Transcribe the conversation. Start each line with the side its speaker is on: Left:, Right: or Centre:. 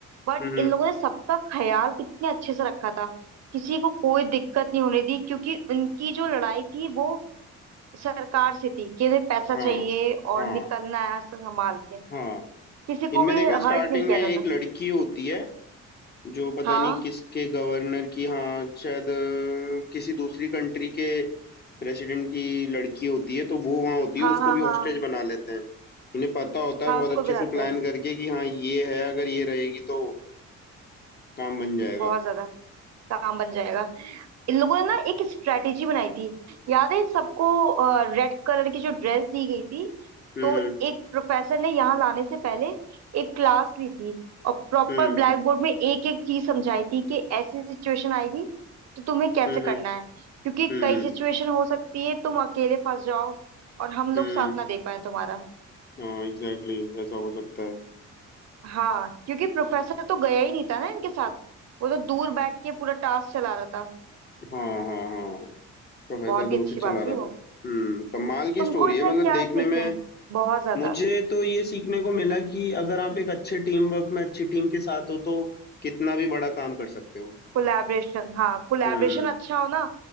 Right: बट
Left: हम्म
Right: इन लोगों ने सबका ख्याल कितने अच्छे से रखा था किसी को कोई दिक्कत नहीं होने दी क्योंकि उनकी जो लड़ाई थी वो सरकार से थी कि उन्हें पैसा
Left: हाँ
Right: चाहिए और
Left: हाँ
Right: निकलना है ऐसा संभाल के
Left: हाँ
Right: किसी को
Left: इनमें
Right: भी
Left: देखा स्टार्टिंग
Right: हर्ट नहीं किया
Left: में
Right: इन्होंने
Left: एक लड़की होती है जो पता
Right: हाँ
Left: नहीं किसके गवर्नर की हाँ शायद अ, किसी दूसरी कंट्री के प्रेसिडेंट की लड़की होती है तो वो वहाँ होती है
Right: हाँ
Left: उसको
Right: हाँ
Left: भी
Right: हाँ
Left: हॉस्टेज बना लेते हैं इन्हें पता होता है
Right: हाँ
Left: बहुत
Right: उसको
Left: अच्छे
Right: भी रहता
Left: से प्लान
Right: है
Left: करके कि हाँ ये है अगर ये रहेगी तो काम बन जाएगा
Right: बहुत ज्यादा काम बन जाएगा इन लोगों ने ना एक स्ट्रेटेजी बनाई थी याद है इन सबको रेड कलर की जो ड्रेस दी गई थी
Left: हम्म
Right: तो एक प्रोफेसर ने यहाँ लाने से पहले एक क्लास ली थी और प्रॉपर
Left: हम्म
Right: ब्लैक बोर्ड में एक एक चीज समझाई थी कि ऐसी सिचुएशन आएगी तो तुम्हें कैसे
Left: हम्म
Right: करना
Left: हम्म
Right: है क्योंकि
Left: हम्म
Right: कई सिचुएशन हो सकती है तुम अकेले फंस जाओ और हम
Left: हम्म।
Right: लोग साथ ना दे पाए तुम्हारा
Left: हाँ एग्जैक्टली exactly, ऐसा हो सकता है
Right: हाँ क्योंकि प्रोफेसर तो गया ही नहीं था ना इनके साथ वो तो दूर बैठ के पूरा टास्क चला रहा था
Left: हाँ हाँ हाँ प्रोफेसर
Right: बहुत
Left: दूर
Right: ही अच्छी
Left: से चला
Right: बात
Left: रहा
Right: थी वो
Left: था हम्म कमाल की
Right: तुमको
Left: स्टोरी
Right: इसमें
Left: है मतलब
Right: क्या
Left: देखने
Right: सीखना
Left: में
Right: है बहुत ज्यादा
Left: मुझे तो ये सीखने को मिला कि अगर आप एक अच्छे टीम वर्क में अच्छी टीम के साथ हो तो कितना भी बड़ा काम कर सकते हो
Right: कोलैबोरेशन हाँ कोलैबोरेशन
Left: हम्म
Right: अच्छा हो ना